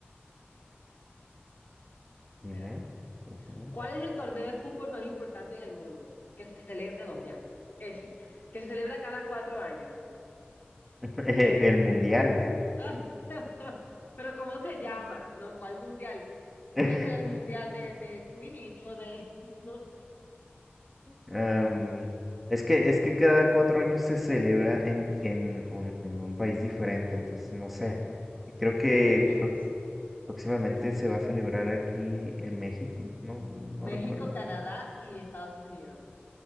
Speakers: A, in the centre; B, on the left (about 50°).
A: dime.
B: espérame.
A: ujú.
B: ¿Cuál es el torneo de fútbol más importante en el mundo? Que se celebra, no, ya, ese, que se celebra cada cuatro años.
A: <laughs> Eh, El mundial.
B: <laughs> Pero ¿cómo se llama? ¿No? ¿Cuál mundial?
A: <laughs>
B: Puede ser el mundial de, de Quidditch o de, <laughs> no sé.
A: Am, es que, es que cada cuatro años se celebra en, en, un en un país diferente, entonces no sé. Y Creo que
B: Sí, ese es.
A: Próximamente se va a celebrar aquí en México, no, no
B: México,
A: recuerdo.
B: Canadá y Estados Unidos.